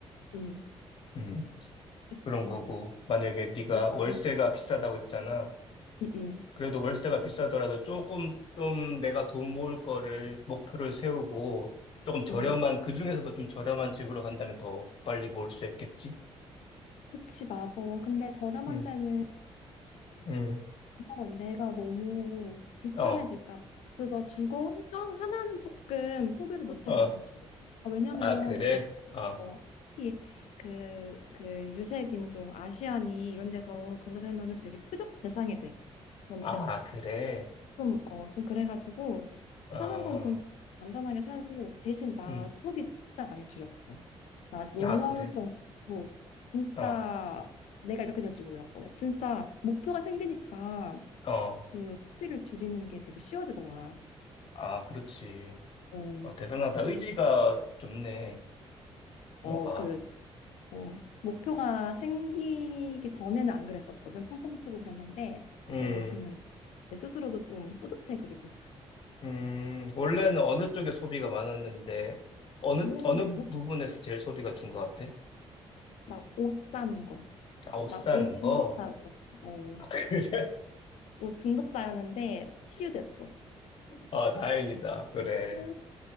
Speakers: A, on the left (about 85°); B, on the left (about 55°).
A: 음,
B: 음,
A: 그치.
B: 그런 거고 만약에 네가
A: 내가
B: 월세가 비싸다고 했잖아.
A: 음, 음,
B: 그래도 월세가 비싸더라도 조금 좀 내가 돈 모을 거를 목표를 세우고 조금 저렴한
A: 음.
B: 그 중에서도 좀 저렴한 집으로 간다면 더 빨리 모을 수 있겠지?
A: 그치, 맞아. 근데 저렴한
B: 응,
A: 데는
B: 응.
A: 어, 내가 너무 비참해질까
B: 어,
A: 봐. 그거 주거 환경 하나는 조금 포기를 못
B: 어.
A: 하겠어, 사실. 아, 왜냐면
B: 아, 그래?
A: 이게
B: 어.
A: 어, 특히 그, 그 유색인종 아시안이 이런 데서 그런 데 살면은 되게 표적 대상이 돼. 범죄
B: 아, 그래?
A: 좀, 어, 좀 그래가지고
B: 어.
A: 사는 건 좀 안전하게 살고 대신 나
B: 응.
A: 소비 진짜 많이 줄였어. 나 놀라울
B: 아, 그래?
A: 정도로 진짜
B: 어.
A: 내가 이렇게 될 줄 몰랐어. 진짜 목표가 생기니까
B: 어.
A: 그 소비를 줄이는 게 되게 쉬워지더라.
B: 아, 그렇지.
A: 어,
B: 어, 대단하다. 의지가 좋네.
A: 어,
B: 너가.
A: 그 어, 목표가 생기기 전에는 안 그랬었거든. 펑펑 쓰고 그랬는데,
B: 음.
A: 어, 요즘은 내 스스로도 좀 뿌듯해, 그리고.
B: 음. 원래는 어느 쪽에 소비가 많았는데 어느
A: 원래는
B: 어느
A: 뭐,
B: 부분에서 제일 소비가 준 것 같아?
A: 나옷 사는 거.
B: 아, 옷
A: 나
B: 사는
A: 옷 중독자고.
B: 거?
A: 어,
B: 아, 그래? <laughs>
A: 옷 중독자였는데 치유됐어.
B: 아, 다행이다. 그래.
A: 음.